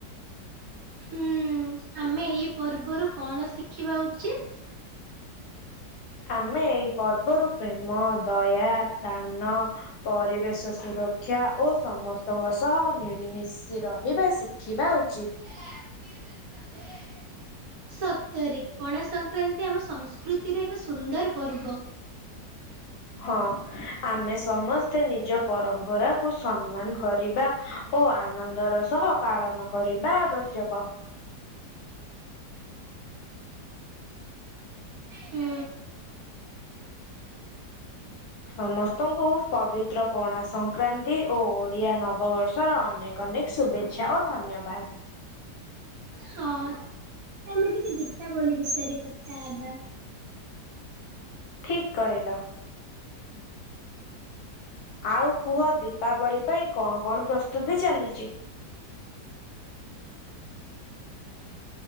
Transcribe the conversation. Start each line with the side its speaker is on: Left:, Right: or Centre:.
Right: ହୁଁ ଆମେ ଏଇ ପର୍ବରୁ କଣ ଶିଖିବା ଉଚିତ?
Left: ଆମେ ଏଇ ପର୍ବରୁ, ପ୍ରେମ, ଦୟା, ଦାନ ପରିବେଶ ସୁରକ୍ଷା ଓ ସମସ୍ତ ସମନ୍ତ ଙ୍କ ସହ ମିଳିମିଶି ରହିବାର ଶିଖିବା ଉଚିତ।
Right: ଏ ଆସିବନି ଏଟା ଦେ ସତରେ ପଣା ସଂକ୍ରାନ୍ତି ଆମ ସଂସ୍କୃତିରେ ଏକ ସୁନ୍ଦର ପର୍ବ।
Left: ହଁ ଆମେ ସମସ୍ତେ ନିଜ ପରମ୍ପରାକୁୁ ସମ୍ମାନ କରିବା ଓ ଆନନ୍ଦର ସହ ପାଳନ କରିବା ଆବଶ୍ୟକ।
Right: ହୁଁ।
Left: ସମସ୍ତଙ୍କୁ ପବିତ୍ର ପଣା ସଂକ୍ରାନ୍ତି ଓ ଓଡିଆ ନବବର୍ଷର ଅନେକ ଅନେକ ଶୁଭେଚ୍ଛା ଓ ଧନ୍ୟବାଦ।
Right: ହଁ ଆମେ ଟିକେ ଦୀପାବଲି ବିଷୟରେ କଥା ହବା।
Left: ଠିକ୍ କହିଲ। ଆଉ କୁହ ଦୀପାବଳି ପାଇଁ କଣ, କଣ ପ୍ରସ୍ତୁତି ଚାଲିଚି?